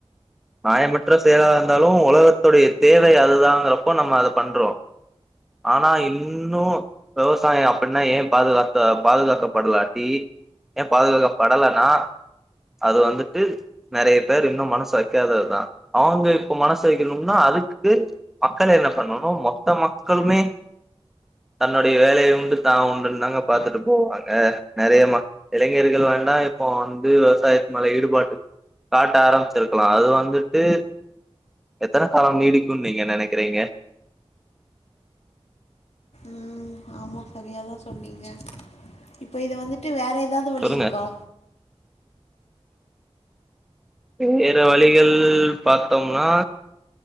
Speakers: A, in the centre; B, on the left (about 80°).
A: நாயமற்ற செயலாதா இருந்தாலு ஒலகத்தோடைய தேவை அதுதாங்குறப்போ நம்ம அதப் பண்றோ ஆனா இன்னு வெவசாயொ அப்புன்னா ஏ பாதுகாத்த பாதுகாக்கப்பட்லாட்டீ ஏ பாதுகாக்கப்படலனா அது வந்துட்டு நறைய பேர் இன்னு மனசு வெக்காததுதா அவங்க இ ப்போ மனசு வெக்கணும்னா அதுக்கு மக்கள் என்ன பண்ணனு மொத்த மக்களுமே தன்னோடைய வேலை உண்டு தா உண்டுன் தாங்க பாத்துட்டு போவாங்க நறைய மக் இளைஞர்கள் வ <unintelligible> இப்போ வந்து விவசாயத்து மேல ஈடுபாட்டு காட்ட ஆரம்பிச்சிருக்லா அது வந்துட்டு எத்தன காலம் நீடிக்குன் நீங்க நெனைக்கிறீங்க
B: ம் ஆமா சரியாதா சொன்னீங்க இப்ப இத வந்துட்டு வேற ஏதாது வழி
A: சொல்லுங்க
B: இருக்கா
A: வேற வழிகள் பாத்தம்னா